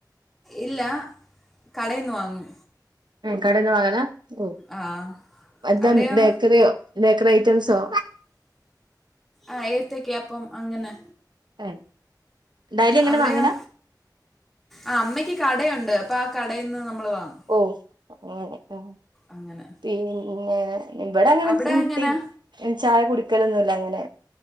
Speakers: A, in the centre; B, on the right.
A: ഇല്ല കടയിൽന്ന് വാങ്ങും
B: കടന്ന് വാങ്ങല ഓ
A: ആ
B: അല്ല
A: അവിടെയോ
B: ബേക്കറിയോ ബേക്കറി ഐറ്റംസോ
A: ആഹ് ഏത്തക്ക അപ്പം അങ്ങനെ
B: ഏ ഡെയ്ലി അങ്ങനെ
A: അവിടെയോ
B: വാങ്ങല
A: ആ അമ്മയ്ക്ക് കടയുണ്ട് അപ്പൊ ആ കടയിന്ന് നമ്മൾ വാങ്ങും
B: ഓ അങ്ങനെ ആഹ്
A: അങ്ങനെ
B: പിന്നെ ഇവിടെ അങ്ങനെ
A: അവിടെ
B: <unintelligible>
A: എങ്ങനെ
B: ചായ കുടിക്കലൊന്നുമല്ല അങ്ങനെ